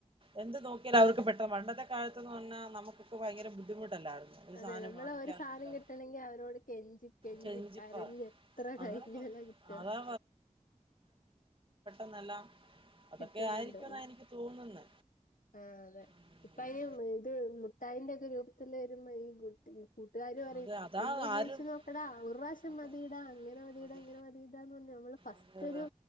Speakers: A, on the right; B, on the left.
A: എന്ത് നോക്കിയാൽ അവർക്ക് പെട്ടെന്ന് പണ്ടത്തൊലത്ത് എന്ന് പറഞ്ഞാൽ നമുക്ക്കൊ ക്കെ ഭയങ്കര ബുദ്ധിമുട്ട് ല്ലായിരുന്നോ ഒരു
B: അതെ
A: സാധനം
B: നമ്മളെ
A: വാങ്ങിക്കാനുള്ളത്
B: ഒരു സാധനം കിട്ടണെങ്കി അവരോട് കെഞ്ചി കെഞ്ചി
A: ചെഞ്ചിപ്പ
B: കരഞ്ഞ് എത്ര കഴിഞ്ഞാല
A: അതാ പ-
B: കിട്ടുക
A: അതാ ന്നല്ലാം അതൊക്കെ
B: കിട്ടുന്നുണ്ട്
A: ആയിരിക്കും ന്നാ എനിക്ക് തോന്നുന്നെ
B: ആഹ് അതെ
A: ഉം.
B: ഇപ്പ അതിന് ഇത് മുഠായിന്റെ ഒക്കെ രൂപത്തിൽ വരുമ്പോ ഈ കുട്ടി കൂട്ടുകാര് പറയും
A: അതെ അതാ
B: ഒന്ന് ഉപയോഗിച്ച്
A: ആരും
B: നോക്കടാ ഒരു പ്രാവശ്യം
A: അതെ
B: മതിയിടാ അങ്ങനെ മതിടാ
A: അതെ
B: ഇങ്ങനെ മതിടാന്ന് പറഞ്ഞു നമ്മൾ ഫസ്റ്റ്
A: അതെ അതെ
B: ഒരു